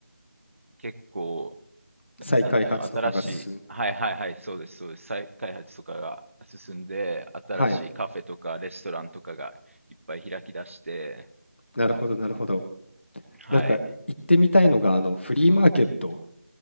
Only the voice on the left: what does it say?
再開発とかが進む。
はい。なるほど、なるほど。
なんか行ってみたいのが、あの、フリーマーケット